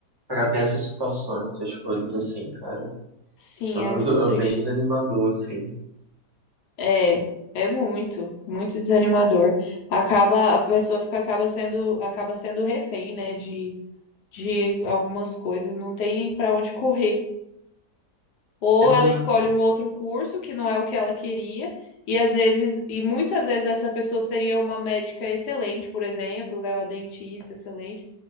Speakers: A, on the right; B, on the left.
A: pra ver essas situações, essas coisas assim, cara.
B: sim,
A: É muito,
B: é muito
A: é
B: triste.
A: bem desanimador, assim.
B: É, é muito, muito desanimador. Acaba, a pessoa fica, acaba sendo, acaba sendo refém, né, de, de algumas coisas, não tem pra onde correr. Ou
A: Exato,
B: ela escolhe um outro curso que não é o que ela queria, e às vezes, e muitas vezes essa pessoa seria uma médica excelente, por exemplo, né, uma dentista excelente,